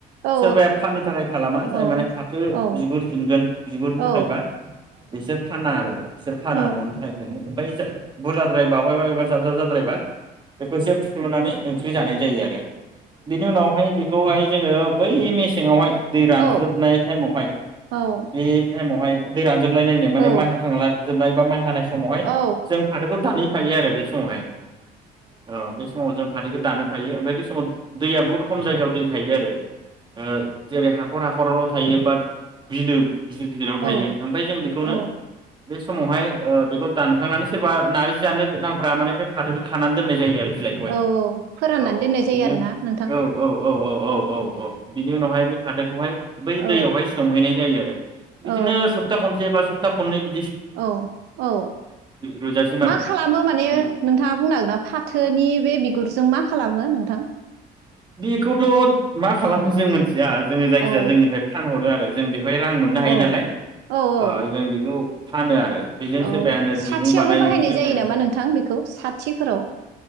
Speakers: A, on the right; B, on the right.
A: औ
B: सोरबाया फाननो थाखाय खालामा जाय
A: औ
B: माने फाथो
A: औ
B: बिगुर दिुनगोन बिगुरनि
A: औ
B: थाखायबा बिसोर फाना आरो बिसोर फाना
A: औ
B: न'नि थाखाय दोनो। ओमफ्राय जा बुरजाद्राय बावहाय- जाब जाब जाद्रायबा बेखौ एसेफुख्लनानै ओंख्रि जानाय जायो आरो बिनि उनावहाय बे खौहाय जोङो बै मेसेङावहाय दै रानजोबनाय
A: औ
B: टाइमावहाय
A: औ
B: बे टाइमावहाय दैरान जोबलाय नायनो माने
A: औ
B: माइ हांला जोबनाय बा माइ हानाय समावहाय
A: औ
B: जों फाथोखौ दानै थायो आरो बे समावहाय औ बे समाव जों। फाथैखौ दानो फायो ओमफ्राय बे समाव दैया बुहुत खम जायगायाव दै थायो आरो अ जेरै हाखर हाखर खर'ल' थायो बाट बिलो गिदिर गिदिराव थायो
A: औ
B: ओमफ्राय जों बेखौनो
A: औ
B: बे समावहाय अ बे दानखांनानै सोरबा नार जानो गोनांफ्रा माने बे फाथोखौ खानानै दोननाय जायो आरो। बिलाइखौहाय
A: औ औ फोराननानै
B: औ
A: दोननाय
B: औ बिनि
A: जायो आरो ना।
B: औ औ औ औ औ औ औ बिनि उनावहाय बे फाथोखौहाय बै
A: औ
B: दैयावहाय सोमहैनाय जायो आरो। बिदिनो
A: औ
B: सप्ता खनसे बा सप्ता खननै बि
A: औ औ
B: रुइजासिम
A: मा
B: आरो
A: खालामो माने
B: बि
A: नोंथाङा बुंनो हागोना? फाथोनि बे बिगुरजों मा खालामो नोंथां?
B: बेखौथ मा खालामो जों मोनसे या जोङो जायखिजाया
A: औ
B: जोंनिफ्राय फानहरो आरो। जों बेवहाय रां मोननो हायो
A: औ
B: नालाय,
A: औ औ
B: ओ जों बेखौ फानो आरो। बेजों
A: औ
B: सोरबाया होनो
A: साथियावबो
B: दिरुं बानायो
A: बाहायनाय
B: सोरबाया
A: जायो नामा नोंथां बेखौ साथिफोराव